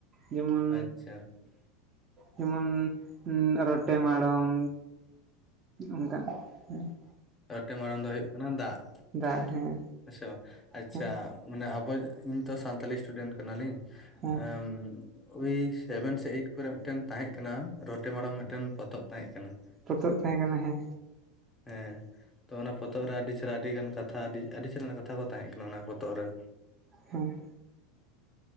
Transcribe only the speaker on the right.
ᱡᱮᱢᱚᱱ
ᱡᱮᱢᱚᱱ ᱨᱚᱴᱮ ᱢᱟᱲᱚᱢ ᱚᱱᱠᱟ ᱦᱮᱸ ᱾
ᱫᱟᱜ ᱦᱮᱸ
ᱦᱮᱸ
ᱦᱮᱸ
ᱛᱚᱜ ᱛᱟᱦᱮᱸ ᱠᱟᱱᱟ ᱦᱮᱸ,
ᱦᱩᱸ